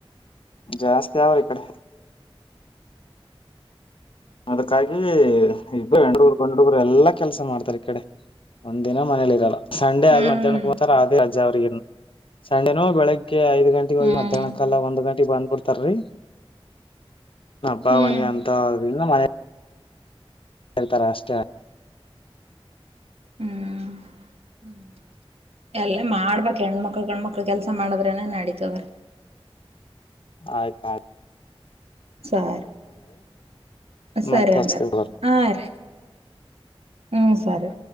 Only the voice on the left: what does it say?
ಜಾಸ್ತಿ ಅವ್ರ ಕಡೆ ಅದಕ್ಕಾಗಿ ಇಬ <inaudible> ಗ್ ಹುಡುಗರು ಎಲ್ಲಾ ಕೆಲಸ ಮಾಡ್ತಾರೆ ಈ ಕಡೆ ಒಂದ ದಿನ ಮನೇಲಿ ಇರಲ್ಲ. ಸಂಡೇ
ಆದದು ಮಧ್ಯ್ಯಾುವರ್ ಆದ ರಜ್ ಅವರಿ ಸಂಡೆನೋ ಬೆಳಿಗ್ಗೆ ಐ ಗಂಟಗ
ಮ್ಯಾಹನ ಕಾಲ ಒಂದು ಗಂಟೆ ಬಂದ್ಬಡ್ತಾರಿ ಬ್ಬಾವಣಿವ
ಅಂತ ಮ ಹ ತ ರಾಷ್ಟ
ಆಯ್ತ ಆ್ತ
ಮತ್ತ
ಹಚ್ತೇವ ತೋರಿ.